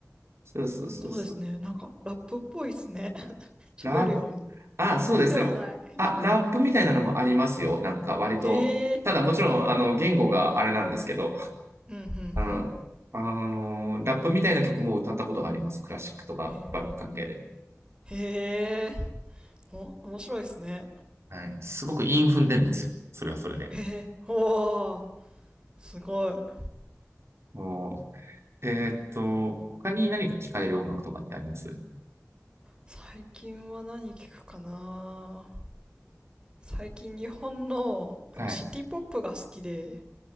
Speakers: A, on the right (about 55°); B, on the right (about 15°).
A: そうそうそうそう。
B: そうですね。なんか、ラップっぽいですね。<laughs> 喋るように。
A: ラあ、そうですね。
B: ではない。
A: あ、ラップみたいなのもありますよ。なんか割と。
B: <laughs> へえ、
A: ただもちろん、あの、言語があれなんですけど、
B: うん、うん、うん。
A: あの、あの、ラップみたいな曲も歌ったことがあります。クラシックとかバロック関係で。
B: へへえ、お、面白いですね。
A: はい。すごく韻踏んでるんですよ。それはそれで。
B: ええ、おー。すごい。
A: もう、えーっと、他に何か聞かれる音楽とかってあります
B: 最近は何聞くかな最近日本の、あの、
A: はい。
B: シティポップが好きで、